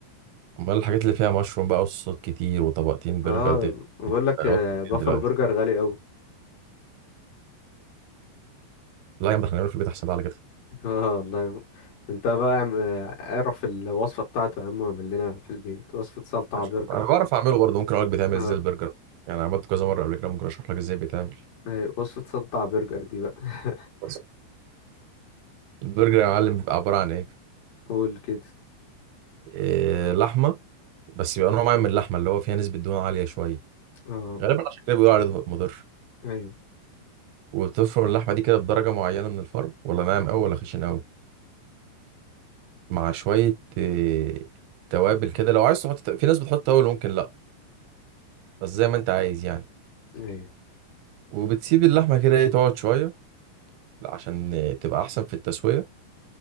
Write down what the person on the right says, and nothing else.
امال الحاجات اللي فيها مشروم بقى وصوصات كتير وطبقتين برجر
دي
دي
بقى
بكام دلوقتي
لا يا عم ده احنا هنعمله في البيت احسن بقى على كده
هشوف
انا بعرف اعمله برضه ممكن اقول لك بيتعمل
ازاي البرجر يعني عملت كذا مره قبل كده ممكن اشرح لك ازاي بيتعمل
بس البرجر يا معلم بيبقى عباره عن ايه,
إيه لحمه بس بيبقى نوع معين من اللحمه اللي هو فيها نسبه دهون عاليه شويه
غالبا عشان كده بيقولوا عليه مضر
وبتفرم اللحمة دي كده بدرجة معينة من الفرم ولا ناعم أوي ولا خشن أوي مع شوية آه، توابل كده لو عايز تحط في ناس بتحط توابل ممكن لأ بس زي ما أنت عايز يعني
وبتسيب اللحمة كده إيه تقعد شوية عشان آه، تبقى أحسن في التسوية